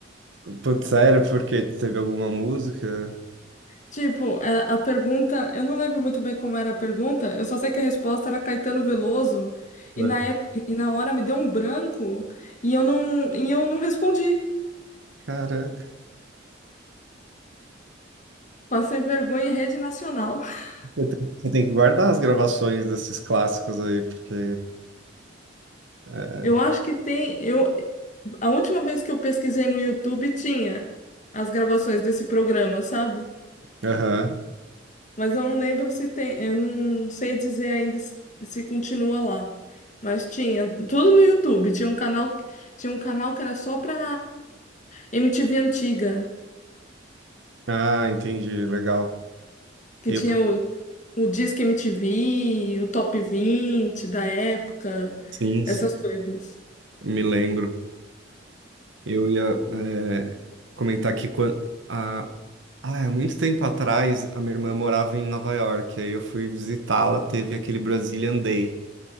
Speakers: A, on the right; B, on the left.
A: Putz, sério, porque teve alguma música?
B: Tipo, a, a pergunta, eu não lembro muito bem como era a pergunta, eu só sei que a resposta era Caetano Veloso,
A: Aham.
B: e na época, e na hora me deu um branco e eu não, e eu não respondi.
A: Caraca.
B: Passei vergonha em rede nacional. <laughs>
A: Eu tenho- Você tem que guardar as gravações desses clássicos aí, porque. é,
B: Eu acho que tem, eu, a última vez que eu pesquisei no YouTube tinha as gravações desse programa, sabe?
A: Aham.
B: Mas eu não lembro se tem, eu não sei dizer ainda se, se continua lá. Mas tinha tudo no YouTube. Tinha um canal, tinha um canal que era só pra MTV antiga,
A: Ah, entendi. Legal.
B: que
A: Eu
B: tinha o, o Disque MTV, o Top 20 da época,
A: Sim,
B: essas
A: sim.
B: coisas.
A: Me lembro. Eu ia eh, comentar que quando, há, ah, há muito tempo atrás, a minha irmã morava em Nova York. Aí eu fui visitá-la, teve aquele Brazilian Day.